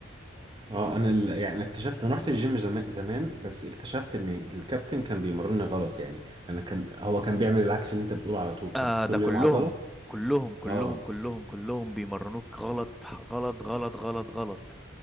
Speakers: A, on the right; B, in the centre.
A: اه انا ال... يعني انا اكتشفت انا رحت الجيم زمان زمان بس اكتشفت ان الكابتن كان بيمرني غلط يعني انا كان هو كان بيعمل العكس اللي انت بتقوله على طول كانت
B: آه
A: كل
B: ده كلهم
A: يوم عضلة
B: كلهم كلهم
A: اه
B: كلهم كلهم بيمرنوك غلط غلط غلط غلط غلط